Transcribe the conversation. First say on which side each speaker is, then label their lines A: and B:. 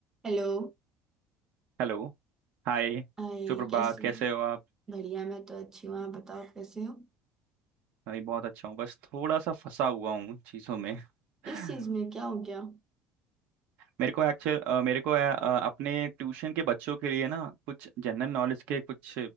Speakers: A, on the right; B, on the right.
A: Hello
B: Hello Hi
A: आई
B: सुप्रभात
A: कैसे
B: कैसे
A: हैं?
B: हो आप
A: बढ़िया मैं तो अच्छी हूँ आप बताओ कैसे हो
B: मैं भी बहुत अच्छा हूँ बस थोड़ा सा फंसा हुआ हूँ चीज़ों में <laughs>
A: किस चीज में क्या हो गया
B: मेरे को एक्चुअल मेरे को अ, अ, अपने ट्यूशन के बच्चों के लिए ना कुछ जनरल नॉलेज के कुछ